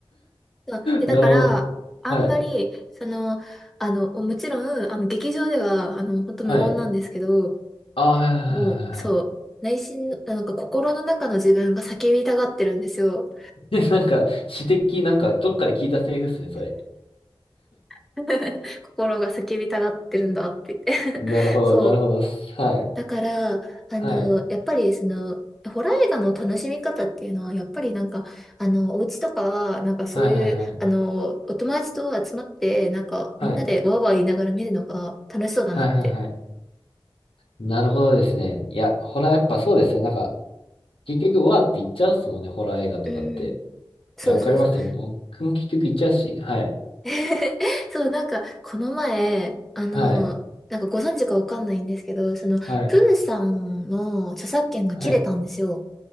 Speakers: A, in the centre; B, on the left (about 75°).
A: そう、え、だから、
B: なるほど。
A: あんまり、
B: はい。
A: その、あの、もちろん、あの、劇場では、あの、本当無言なんですけど、
B: はい。ああ、はいはいはいはいはい。
A: もう、そう、内心の、なんか心の中の自分が叫びたがってるんですよ。
B: <laughs> なんか、詩的、なんか、どっかで聞いたセリフっすね、それ。
A: <laughs> 心が叫びたがってるんだって言って
B: なるほど、
A: <laughs> そう。
B: なるほど。はい。
A: だから、あの、
B: はい。
A: やっぱり、その、ホラー映画の楽しみ方っていうのは、やっぱりなんか、あの、お家とか、なんかそういう、
B: はいはいはい。
A: あの、お友達と集まって、なんか、
B: はい。
A: みんなでワーワー言いながら見るのが楽しそうだなって
B: はいはいはい。なるほどですね。いや、ホラーやっぱそうですね。なんか、結局、うわーって言っちゃうっすもんね、ホラー映画とかって。
A: うん。そうそうそう。
B: いや、わかりますね。僕も結局言っちゃうし、はい。
A: <laughs> そう、なんか、この前、あの、
B: はい。
A: なんかご存知かわかんないんですけど、その、
B: はい。
A: プーさんの著作権が切れたんですよ。
B: はい。